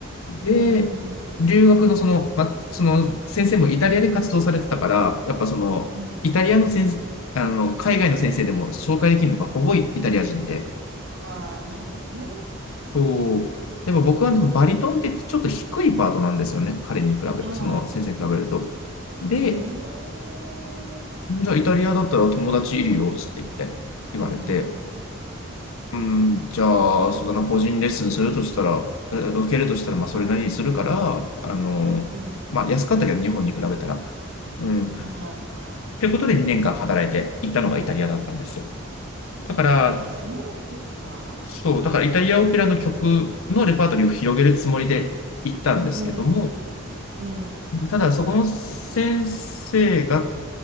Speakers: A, on the left; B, on the right.
A: で、
B: うんうんうん
A: 留学のその、まあ、その先生もイタリアで活動されてたから、やっぱその、
B: うん。うんうん。
A: イタリアの先生、あの、海外の先生でも紹介できるのがほぼイタリア人で、
B: うん。ああ、なるほどね。
A: こう、でも僕はねそのバリトンってちょっと低いパートなんですよね。彼に比べ、
B: は
A: その先生に比べると。で、
B: い。ええ。
A: じゃあイタリアだったら友達いるよ、つって言って、言われて。
B: うんうんうんうん。
A: うん、じゃあ、そうだな、個人レッスンするとしたら、え受けるとしたら、まあ、それなりにするから、
B: はい。
A: あの、
B: うんうんうん。
A: まあ、安かったけど、日本に比べたら。うん。
B: はいはいはい。
A: ということで、2年間働いて行ったのがイタリアだったんですよ。だから、
B: ああ、そうなんですか。
A: そう、だからイタリアオペラの曲のレパートリーを広げるつもりで行ったんですけども、
B: うんうんうん。うん。
A: ただ、そこの先生が